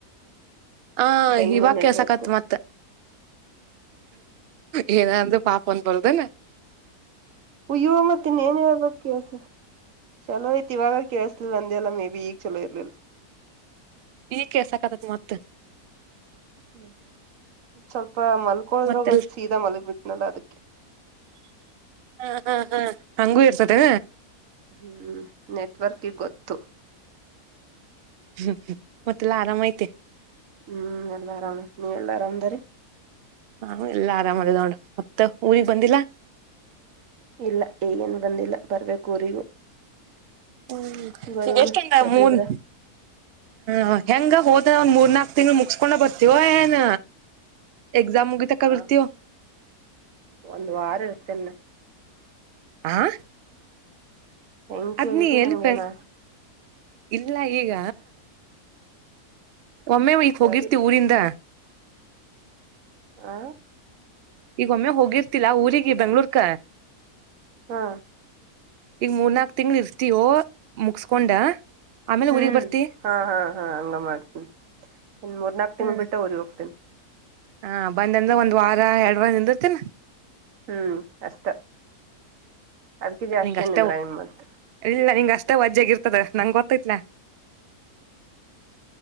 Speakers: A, on the right; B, on the right.
A: ಹ
B: ಬೆಂಗ್ಳೂರ್
A: ಇ ವಕ್ಯ
B: ನೆಟ್ವರ್ಕ್
A: ಸಕತ್ ಮತ್ತಏ ಇ ಪಾಪನ್ ಬರದನ
B: ಅಯ್ಯೋ ಮತ್ತ ಇನ್ಏನ್ ಹೇಳ್ಬೇಕ ಕಲ್ಸ ಚಲೋ ಐ್ತಇವಾಗ ಕೇಸ್ಲ ಅಂದೆ ಎಲ್ಲ ಮೇ ಬಿ ಈಗ ಚಲೋ ಇರ್ಲಿಲ್ಲ
A: ಈ ಕೆಸಕತತ್ ಮತ್ತ
B: ಹ್ಮ್ ಸ್ವಲ್ಪ ಮಲ್ಕೊಳದ್ರಗ್ತ್
A: ಮತ್ತೆಲ್
B: ಸೀದಾ ಮಲ್ಗ್ ಬಿಟ್ಟನಲ್ಲ ಅದಕ್ಕೆ
A: ಹಾ ಹಾ ಹಾ ಹಂಗೂ ಇರ್ತದೆ
B: ಹ್ಮ್ ನೆಟ್ವರ್ಕ್ಗೆ ಗೊತ್ತು
A: ಹ್ಮ್ ಮತ್ತೆಲ್ಲ ಆರಾಮಐತೆ
B: ಹ್ಮ್ ಎಲ್ಲಾ ಆರಾಮ ನೀ ಎಲ್ಲಾ ಆರಾಮದರೀ
A: ಹಾ ಎಲ್ಲಾ ಆರಾಮ್ದ ನೋಡ ಮತ್ತ ಊರಿಗ್ ಬಂದಿಲ್ಲ
B: ಇಲ್ಲ ಏಗೇನು ಬಂದಿಲ್ಲ ಬರ್ಬೇಕ ಊರಿಗೂ
A: ಹ್ಮ್
B: ಬರೋಣ
A: ಈಗ ಎಷ್ಟ
B: ಸದ್ದಿದ್ರ
A: ಮೂನ್ ಹ ಹೆಂಗ ಹೊ ಒಂದ್ ಮೂರ್ ನಾಕ್ ತಿಂಗಳು ಮುಗಸ್ಕೊಂಡ ಬರ್ತವ ಏನ್ ಎಕ್ಸಾಮ್ ಮುಗಿ ತಕಬರ್ತವ
B: ಹ ಒಂದ್ ವಾರ ಇರ್ತೇನೆ ನಾ
A: ಆ
B: ಹೆಂಗ ಕೇಳಿದ್ದಿ
A: ಅದ್ನಿ ಎಲ್ಲಿ
B: ನಂಗೇನಾ
A: ಬೆ ಇಲ್ಲ ಈಗ ಒಮ್ಮೆ ಈಕ್
B: ಸರಿ
A: ಹೋಗಿರ್ತಿ ಊರಿಂದ
B: ಹ
A: ಈಗ ಒಮ್ಮೆ ಹೋಗಿರ್ತಿಲ್ಲಾ ಊರಿಗೆ ಬೆಂಗ್ಳೂರ್ಕ
B: ಹಾ
A: ಈಗ ಮೂರ್ನಾಕ್ ತಿಂಗಳ ಇರ್ತಯೋ ಮುಗಸ್ಕೊಂಡ ಆಮೇಲೆ
B: ಹ್ಮ್
A: ಊರಿಗ್ ಬರ್ತಿ
B: ಹಾ ಹಾ ಹಾ ಹಂಗ ಮಾಡ್ತೀನಿ ಒ ಮೂರ್ನಾಕ್ ತಿಂಗಳ
A: ಹ್ಮ್
B: ಬಿಟ್ಟು ಊರಿಗೆ ಹೋಗ್ತೇನಿ
A: ಹಾ ಬಂದಂದ್ರ ಒಂದ್ ವಾರ ಎರಡ್ ವಾರ ನಿಂದತೇನ
B: ಹ್ಮ್ ಅಷ್ಟ ಅದ್ಕಿ ಜಾಸ್ತಿ
A: ನಿಂಗ ಅಷ್ಟೇ
B: ಏನಿದ್ರ ನಿನ್ ಮತ್
A: ಇಲ್ಲ ನಿಂಗ ಅಷ್ಟೇ ವಜ್ಜಾಗಿ ಇರ್ತದ ನಂಗ ಗೊತ್ತೈತ್ಲ